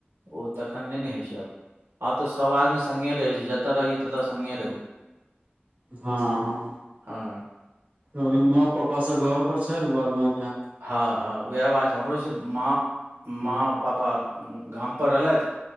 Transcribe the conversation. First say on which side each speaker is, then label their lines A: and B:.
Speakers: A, on the right; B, on the right.
A: ओ तखन नै न होय छैय आब आब तऽ सभ आदमी संगे रहै छैय जत रहियै तत संगे रहू
B: हऽ हऽ
A: हऽ
B: तऽ माँ पापा सब घर पर छैथ बाद बां
A: हँ हँ वैह बात हमरो छैय माँ
B: हूँ
A: माँ पापा गाम पर रहलैथ